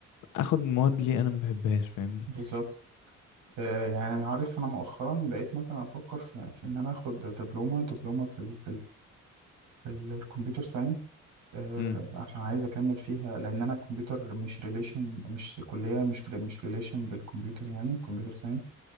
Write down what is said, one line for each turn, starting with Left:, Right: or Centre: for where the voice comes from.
Left: اخد مواد ليه انا ما بحبهاش فاهمني
Right: بالظبط آه، يعني عارف أنا مؤخرا بقيت مثلا أفكر في, في إن أنا آخد دبلومة دبلومة في, ال- في ال- الكمبيوتر ساينس آه،
Left: امم
Right: عشان عايز اكمل فيها لان انا الكمبيوتر مش ريليشن مش كليه مش مش ريليشن بالكمبيوتر يعني كمبيوتر ساينس